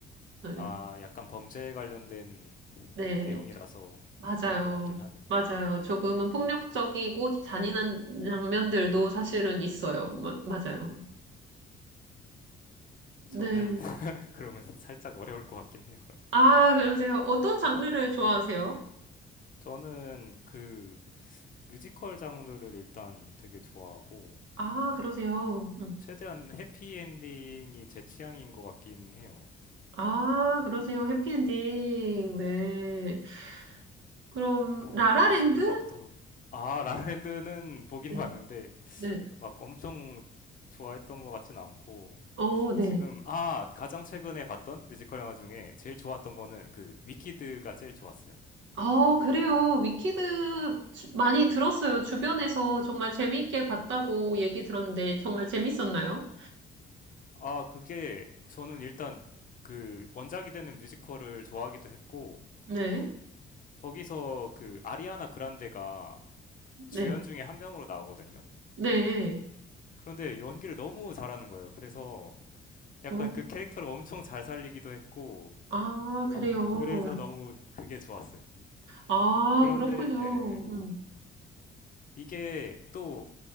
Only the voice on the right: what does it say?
네.
네.
맞아요.
맞아요. 조금은 폭력적이고 잔인한 장면들도 사실은 있어요. 마- 맞아요. 네.
아, 그러세요. 어떤 장르를 좋아하세요?
아, 그러세요. 음.
아, 그러세요. 해피엔딩. 네. 그럼,
라라랜드?
네.
네.
어, 네.
아, 그래요. 위키드 주- 많이 들었어요. 주변에서 정말 재밌게 봤다고 얘기 들었는데, 정말 재밌었나요?
네.
네.
네.
어,
아, 그래요.
아,
그렇군요.
음,